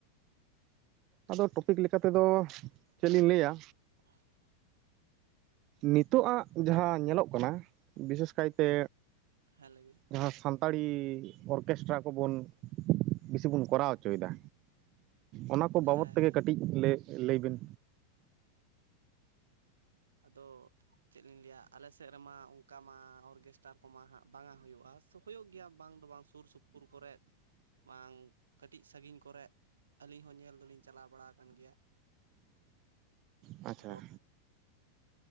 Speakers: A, on the right; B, on the right.
A: ᱟᱫᱚ ᱴᱚᱯᱤᱠ ᱞᱮᱠᱟᱛᱮ ᱫᱚ ᱪᱮᱫ ᱞᱤᱧ ᱞᱟᱹᱭ-ᱟ
B: <unintelligible>
A: ᱱᱤᱛᱚᱜᱼᱟᱜ ᱡᱟᱦᱟᱸ ᱧᱮᱞᱚᱜ ᱠᱟᱱᱟ ᱵᱤᱥᱮᱥ ᱠᱟᱭᱛᱮ
B: ᱦᱮᱸ ᱞᱮ ᱵᱤᱱ
A: ᱡᱟᱦᱟᱸ ᱥᱟᱱᱛᱟᱲᱤ ᱚᱨᱠᱮᱥᱴᱟᱨ ᱠᱚᱵᱚᱱ ᱵᱮᱥᱤ ᱵᱚᱱ ᱠᱚᱨᱟᱣ ᱦᱚᱪᱚᱭᱮᱫᱟ ᱚᱱᱟ ᱠᱚ ᱵᱟᱵᱚᱫ
B: ᱦᱮᱸ
A: ᱛᱮᱜᱮ
B: ᱦᱮᱸ
A: ᱠᱟᱹᱴᱤᱡ ᱞᱟᱹᱭ ᱵᱤᱱ
B: ᱟᱫᱚ ᱪᱮᱫ ᱞᱤᱧ ᱞᱟᱹᱭ ᱟ ᱟᱞᱮ ᱥᱮᱫ ᱨᱮᱢᱟ ᱚᱱᱠᱟ ᱢᱟ ᱚᱨᱜᱮᱥᱴᱟᱨ ᱠᱚᱢᱟ ᱦᱟᱸᱜ ᱵᱟᱝᱟ ᱦᱩᱭᱩᱜᱼᱟ ᱦᱩᱭᱩᱜ ᱜᱮᱭᱟ ᱵᱟᱝ ᱫᱚ ᱵᱟᱝ ᱥᱩᱨ ᱥᱩᱯᱩᱨ ᱠᱚᱨᱮ ᱵᱟᱝ ᱠᱟᱹᱴᱤᱡ ᱥᱟᱺᱜᱤᱧ ᱠᱚᱨᱮᱜ ᱟᱹᱞᱤᱧ ᱦᱚᱸ ᱧᱮᱞ ᱫᱚᱞᱤᱧ ᱪᱟᱞᱟᱣ ᱵᱟᱲᱟ ᱟᱠᱟᱱ ᱜᱮᱭᱟ
A: ᱟᱪᱪᱷᱟ
B: ᱟᱫᱚ